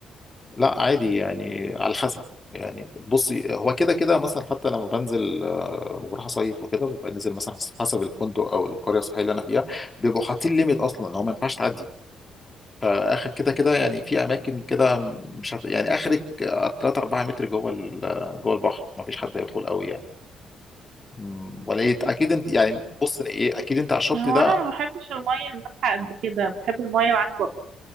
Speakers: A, on the left; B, on the right.
A: لا عادي يعني على حسب يعني بصي هو كده كده مثلا حتى لما بنزل آه، لما بروح اصيف وكده ببقى نازل مثلا حسب الفندق او القريه السياحيه اللي انا فيها بيبقوا حاطين ليميت اصلا لو ما ينفعش تعدي فاخر كده كده يعني في اماكن كده مش هت... يعني اخرك 3 4 متر جوه ال... جوه البحر ما فيش حد يدخل قوي يعني م، ولا يت... اكيد انت يعني بص ايه اكيد انت على الشط
B: هو
A: ده
B: انا ما بحبش الميه المالحه قد كده بحب الميه العذبه